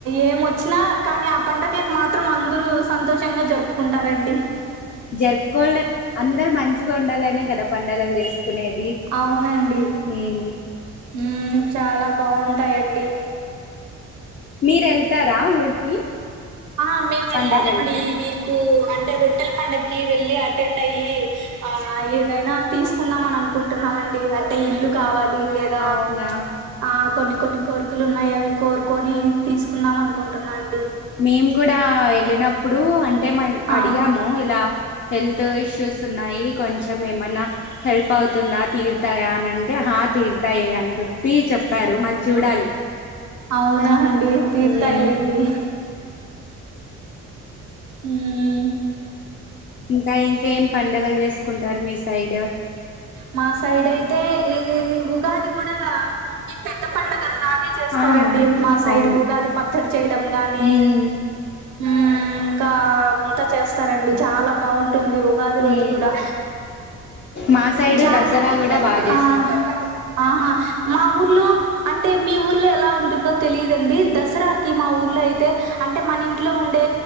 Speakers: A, on the right (about 80°); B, on the left (about 40°).
A: ఏం వచ్చినా కానీ ఆ పండగలకు మాత్రం అందరూ సంతోషంగా జరుపుకుంటారండి.
B: జర్పుకోల్డ్ అందరు మంచిగా ఉండాలనే కదా పండగలు చేసుకునేది.
A: అవునండి
B: ఉమ్
A: ఉమ్ చాలా బాగుంటాయండి.
B: మీరు వెళ్తారా ఊరికి
A: ఆ మేం వెళ్లాలండి
B: పండగలకి
A: ఇవి కు అంటే రొట్టెల పండక్కి వెళ్ళి అటెండ్ అయ్యి, ఆ ఏదైనా తీసుకుందాం అని అనుకుంటున్నామండి అంటే ఇల్లు కావాలి. లేదా
B: అవునా
A: ప్చ్ ఆ కొన్ని కొన్ని కోరికలు ఉన్నాయి, అవి కోరుకొని తీస్ కున్నాం అనుకుంటున్నా అండి.
B: మేము కూడా వెళ్ళినప్పుడు అంటే మ
A: ఆ
B: అడిగాము ఇలా హెల్త్ ఇష్యూస్ ఉన్నాయి కొంచెం ఏమన్నా హెల్ప్ అవుతుందా తీరుతాయా అని అంటే, హ తీరుతాయి అని చెప్పి చెప్పారు, మళ్ళీ చూడాలి.
A: అవునా అండి తీర్తాయ్
B: ఉమ్
A: లేండి. ఉమ్
B: ఇంకా ఇంకేం పండగలు చేసుకుంటారు మీ సైడ్?
A: మా సైడ్ అయితే ఈ ఉగాది కూడా, ఈ పెద్ద పండగ గే చేస్తారండి
B: ఆ
A: మా సైడ్
B: అవును
A: ఉగాది పచ్చడి చేయడం గాని
B: ఉమ్
A: ఉమ్ ఇంకా అవంతా చేస్తారండి, చాలా బాగుంటుంది ఉగాది రోజు
B: ఉమ్
A: కూడా.
B: మా సైడు
A: జా
B: దసరా కూడా బాగా చేస్తారు
A: ఆ ఆహా మా ఊర్లో అంటే మీ ఊర్లో ఎలా ఉంటుందో తెలిదండి, దసరాకి మా ఊర్లో అయితే అంటే మన ఇంట్లో ఉండే